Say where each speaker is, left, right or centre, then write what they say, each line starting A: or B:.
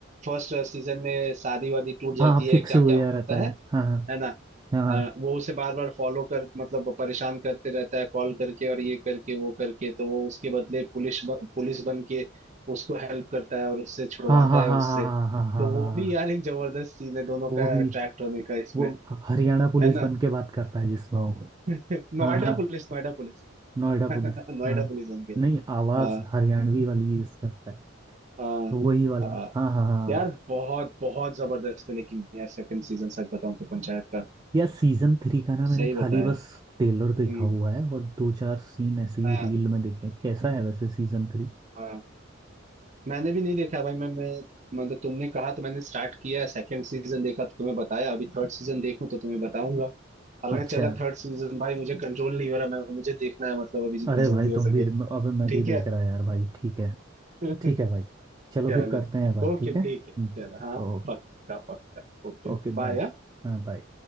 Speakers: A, on the right; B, on the right.
A: फर्स्ट सीजन में शादी वादी टूट जाती
B: हाँ
A: है
B: फिक्स
A: क्या
B: हुआ
A: क्या
B: रहता
A: होता है
B: है हाँ
A: है ना
B: हाँ
A: अ, वो उसे बार बार फॉलो कर मतलब परेशान करते रहता है कॉल करके और ये करके वो करके तो वो उसके बदले पुलिस ब, पुलिस बन के उसको हेल्प करता है और उससे छुड़वाता
B: हाँ हाँ
A: है
B: हाँ
A: उससे
B: हाँ हाँ हाँ हाँ
A: तो वो
B: हाँ हाँ
A: भी
B: हाँ।
A: यार एक जबरदस्त सीन है दोनों
B: वो
A: का
B: भी
A: अट्रैक्ट होने का इसमें
B: वो ह- हरियाणा पुलिस
A: है ना
B: बन के बात करता है जिसमें वो
A: <laughs>
B: हाँ
A: Noida
B: हाँ
A: police Noida police
B: नोएडा
A: <laughs>
B: पुलिस
A: Noida
B: हाँ
A: police बन गया
B: नहीं आवाज
A: हाँ
B: हरियाणवी वाली यूज करता है
A: हाँ
B: तो वही वाला
A: हाँ
B: हाँ हाँ हाँ
A: यार बहुत बहुत जबरदस्त है लेकिन यार सेकंड सीजन सच बताऊं तो पंचायत का
B: या सीजन थ्री का ना मैंने
A: सही
B: खाली
A: बताया
B: बस ट्रेलर
A: हम्म
B: देखा हुआ है और दो चार सीन ऐसे ही
A: हाँ
B: रील में देखे हैं। कैसा है वैसे सीजन थ्री
A: हाँ मैंने भी नहीं देखा भाई मैं मैं मतलब तुमने कहा तो मैंने स्टार्ट किया सेकंड सीजन देखा तो तुम्हें बताया अभी थर्ड सीजन देखूं तो तुम्हें बताऊंगा और
B: अच्छा
A: मैं चला थर्ड सीजन भाई मुझे कंट्रोल नहीं हो रहा मैं मुझे देखना है मतलब अभी जितनी
B: अरे भाई
A: जल्दी हो
B: तुम
A: सके
B: भी अब मैं
A: ठीक
B: भी देख
A: है
B: रहा यार भाई ठीक है
A: <laughs>
B: ठीक है भाई चलो
A: चलो
B: फिर करते हैं बात
A: ओके
B: ठीक है
A: ठीक
B: हम्म,
A: है चलो हाँ
B: ओके
A: पक्का पक्का Okay
B: Okay
A: bye
B: bye हाँ बाय